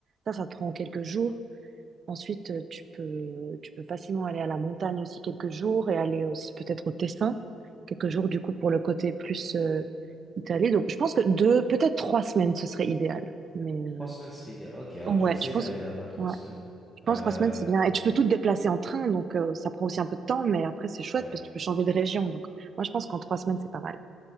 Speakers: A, on the right (about 50°); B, in the centre.
A: Ça, ça te prend quelques jours. Ensuite, euh, tu peux, tu peux facilement aller à la montagne aussi quelques jours et aller aussi peut-être au Tessin, quelques jours, du coup, pour le côté plus euh, Italie. Donc, je pense que deux, peut-être trois semaines, ce serait idéal. Mais, euh,
B: Trois semaines serait idéal. Ok, alors
A: Ouais,
B: je vais essayer
A: je pense,
B: d'aller là-bas trois
A: ouais,
B: semaines.
A: je pense
B: Euh,
A: trois semaines, c'est bien. Et tu peux tout te déplacer en train, donc euh, ça prend aussi un peu de temps, mais après, c'est chouette
B: ouais.
A: parce que tu peux changer de région. Donc, moi, je pense qu'en trois semaines, c'est pas mal.